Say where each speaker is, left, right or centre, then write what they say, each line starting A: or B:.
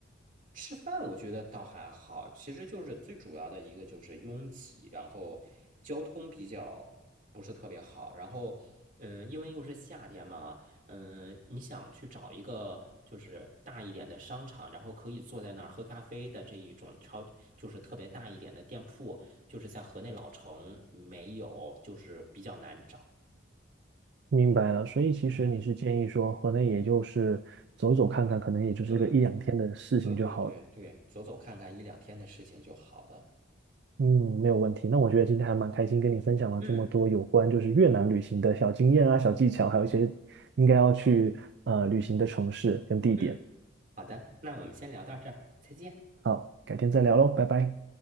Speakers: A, on the right; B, on the right.
A: 吃饭我觉得倒还好，其实就是最主要的一个就是拥挤，然后交通比较不是特别好，然后嗯，因为又是夏天嘛。嗯，你想去找一个就是大一点的商场，然后可以坐在那儿喝咖啡的这一种超，就是特别大一点的店铺，就是在河内老城没有，就是比较难找。
B: 明白了，所以其实你是建议说，
A: 嗯，
B: 河内也就是走走看看，可能也就是一个一两天的事情就好了。
A: 对，对对对对，走走看看一两天的事情就好了。
B: 嗯，没有问题。那我觉得今天还蛮开心，跟你分享了这么多有关就是越南旅行的小经验啊、
A: 嗯，
B: 小技巧，
A: 好，
B: 还有一些应该要去呃旅行的城市跟地点。
A: 嗯，好的，那我们先聊到这儿，再见。
B: 好，改天再聊喽，拜拜。